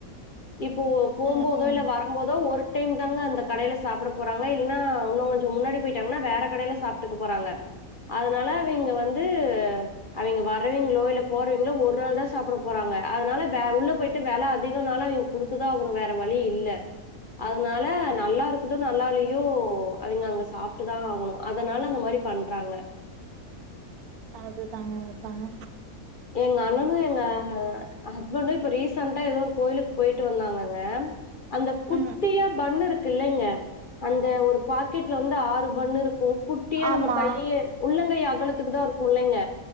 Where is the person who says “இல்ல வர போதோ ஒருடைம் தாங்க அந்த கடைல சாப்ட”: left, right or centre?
Left